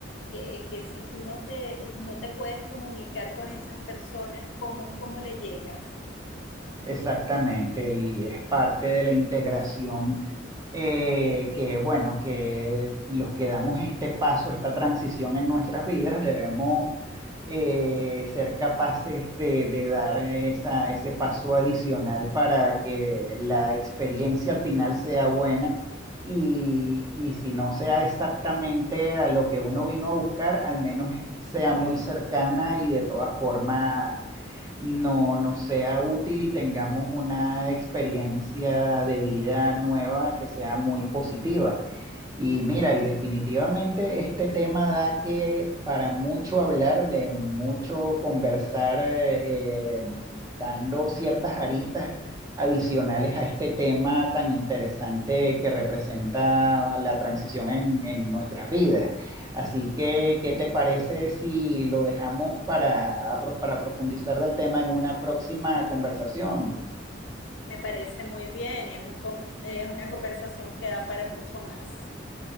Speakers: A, on the left; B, on the right.
A: que, que, si tú no te, eh, no te puedes comunicar con esas personas, ¿cómo, cómo le llegas?
B: Exactamente. Y es parte de la integración eh, que, bueno, que los que damos este paso, esta transición en nuestras vidas, debemos eh, ser capaces de, de dar esa, ese paso adicional para que la experiencia al final sea buena y, y si no sea exactamente a lo que uno vino a buscar, al menos es- sea muy cercana y de todas formas no, no sea útil y tengamos una experiencia de vida nueva que sea muy positiva. Y mira, y definitivamente este tema da que para mucho hablar, de mucho conversar, eh, eh, dando ciertas aristas adicionales a este tema tan interesante que representa la transición en, en nuestras vidas. Así que, ¿qué te parece si lo dejamos para, para profundizar del tema en una próxima conversación?
A: Me parece muy bien, es, un, es una conversación que da para mucho más.